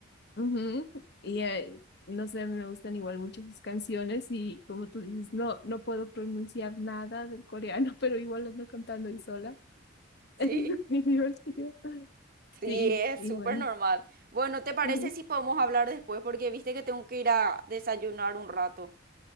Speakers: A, on the left (about 55°); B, on the right (about 45°).
A: Ujú, Y eh, no sé, me gustan igual mucho sus canciones y como tú dices, no, no puedo pronunciar nada del coreano, <laughs> pero igual ando cantando ahí sola. <laughs>
B: Sí.
A: Es muy divertido.
B: Sí,
A: Sí,
B: es
A: y
B: súper
A: bueno.
B: normal. Bueno, ¿te parece
A: ujú.
B: si podemos hablar después? Porque viste que tengo que ir a desayunar un rato.